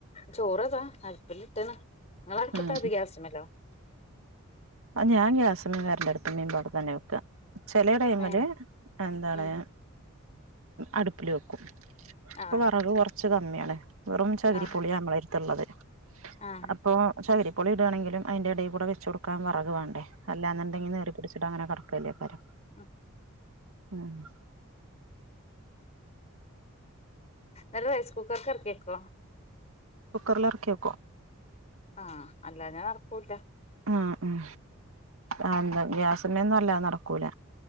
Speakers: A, on the left; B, on the right.
A: ചോറതാ അടുപ്പിലിട്ട്ണ് നിങ്ങളടുപ്പത്താ
B: ഉം
A: അതോഗ്യാസുമലൊ
B: ആ ഞാൻ ഗ്യാസ്മ്മേം കരന്റ്അടുപ്പിമ്മേം പാടെ തന്നെ വെക്ക ചെലേ ടൈമില്
A: ഏഹ്
B: എന്താണ്
A: ഉം
B: അടുപ്പില് വെക്കും ഇപ്പൊ
A: ആഹ്
B: വറക് കുറച്ച് കമ്മിയാണ് വെറും ചകിരിപ്പൊളിയാ
A: ആഹ്
B: നമ്മളെരുത്ത്ള്ളത്
A: ആഹ്
B: അപ്പോ ചക് രി പൊളി ഇടെണെങ്കിലും അയ്ന്റെഎടെകൂടെ വെച്ച് കൊട്ക്കാൻ വെറക് വേണ്ടെ അല്ലാന്ന്ണ്ടെങ്കി ന്നെറിപിടിച്ചിട്ട് അങ്ങനെ കടക്കല്ലേ കാരം
A: അ ഹ്‌
B: ആഹ്‌
A: അ റൈസ് കുക്കർക്ക് എർക്കിക്കോ
B: കുക്കറില ഇറക്കിയ
A: ആഹ അല്ലാ ഞാൻ നടക്കൂല്ല
B: ഉം ഉ എന്താ ഗ്യാസിന്മേ അല്ലാത നടക്കൂല